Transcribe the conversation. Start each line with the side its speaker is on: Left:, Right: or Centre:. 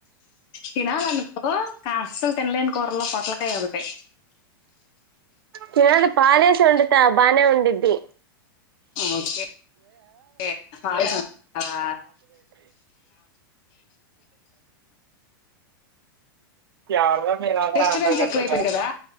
Left: తినాలనుకో కాసలు తినలేని కూరల్లో పొట్టలకాయ ఒకటి
Right: నేనైతే పాలేసి వండుతా బానే ఉండిద్ది
Left: ఓకే కే తవా
Right: ఎవదో మీల ఉంత
Left: డిస్టబెన్స్
Right: అంతర్గా
Left: ఎక్కువైపోయింది
Right: తెసా
Left: కదా